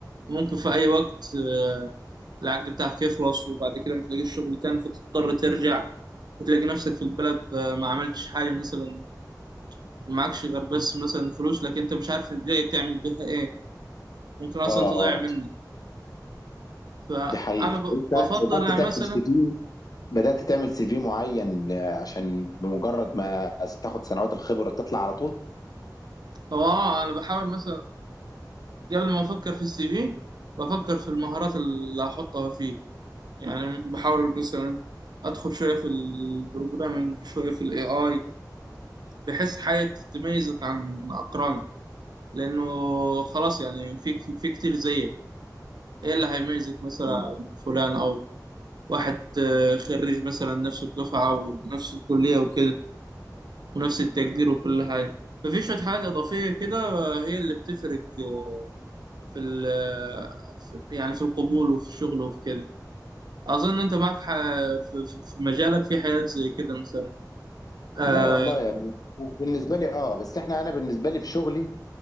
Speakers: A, on the right; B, on the left.
A: وممكن في اي وقت آه، العقد بتاعك يخلص وبعد كده ما تلاقيش شغل تاني فتضطر ترجع وتلاقي نفسك في البلد آه، ما عملتش حاجة مثلا معكش غير بس مثلا فلوس لكن انت مش عارف ازاي تعمل بيها ايه ممكن اصلا
B: اه
A: تضيع
B: اه
A: منك فانا
B: دي حقيقة
A: ب-
B: انت
A: بفضل
B: بدأت
A: يعني
B: تعمل
A: مثلا
B: سي في بدأت تعمل سي في معين آه، عشان بمجرد ما تاخد سنوات الخبرة تطلع على طول؟
A: هو اه انا بحاول مثلا قبل ما افكر في السي في بفكر في المهارات اللي هحطها فيه يعني بحاول مثلا ادخل شويه في البروجرامنج شويه في الاي اي بحيث حاجه تميزك عن اقرانك لانه خلاص يعني في في كتير زيك ايه اللي هيميزك مثلا
B: مم.
A: عن فلان او واحد آه، خريج مثلا نفس الدفعة ونفس الكلية وكده ونفس التقدير وكل حاجة ففي شوية حاجات إضافية كده آه، هي اللي بتفرق آه، في ال آه، في- يعني في القبول وفي الشغل وفي كده أظن أنت معك ح- في في- في مجالك في حاجات زي كده مثلا آه،
B: لا والله يعني بالنسبة لي اه بس احنا انا بالنسبة لي في شغلي